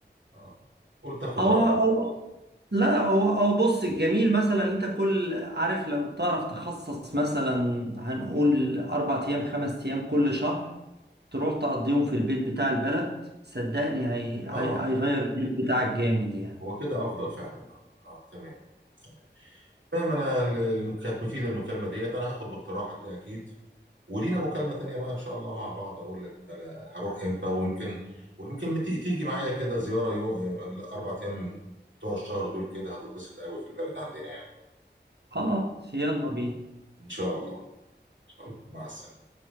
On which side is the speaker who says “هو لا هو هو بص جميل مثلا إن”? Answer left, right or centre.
Right